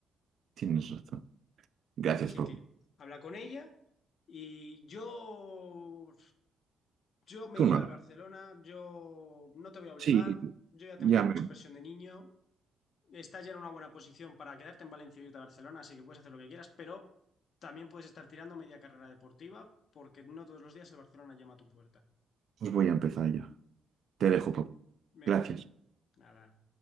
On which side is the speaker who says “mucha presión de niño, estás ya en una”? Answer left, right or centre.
Left